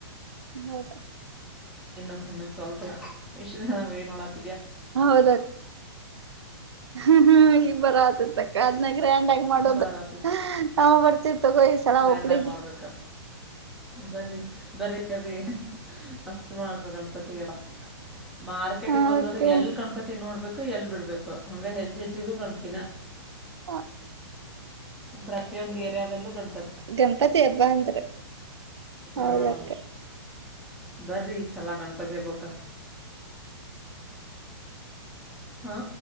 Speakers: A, on the right; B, in the centre.
A: ಹೌದಾ.
B: ಇನ್ನೊ ಇನ್ನೊಂದ್ ಸ್ವಲ್ಪ ಐತಿ <unintelligible>
A: ಹೌದ. ಹ್ಮ್ ಈಗ ಬರತೈತಿ ಅಕ್ಕ ಅದ್ನ ಗ್ರ್ಯಾಂಡ್ ಆಗಿ ಮಾಡೋದು
B: ಬರತೈತಿ
A: ನಾವ ಬರ್ತಿತಿದ್ವಿ. ತೊಗೊ ಈ ಸಲ
B: ಗ್ರ್ಯಾಂಡ್
A: ಹುಬ್ಬಳಿಗ.
B: ಆಗಿ ಮಾಡ್ಬೇಕ ಬರ್ರಿ ಬರ್ರಿ ಬರ್ರಿ ಮಸ್ತ್ ಮಾಡ ಗಣಪತಿ ಅಬ ಮಾರ್ಕೆಟಗ
A: ಹಕೆ
B: ಹೋದ್ರ ಎಲ್ ಗಣಪತಿ ನೋಡ್ಬೇಕು ಎಲ್ ಬಿಡ್ಬೇಕು ಹಂಗ ಹೆಜ್ಜ ಹೆಜ್ಜಿಗೂ ಕಾಣಪ್ತೀಿನ
A: ಹ
B: ಪ್ರತಿಯೊಂದು ಏರಿಯಾದಲ್ಲೂ ಕಾಣ
A: ಗಂಪತಿ ಹಬ್ಬಾ ಅಂದ್ರ
B: ಹಾಂ
A: ಹೌದಕ್ಕ
B: ಬರ್ರಿ ಸಲ ಗಣಪತಿ ಹೇಬೇಕ ಹಾ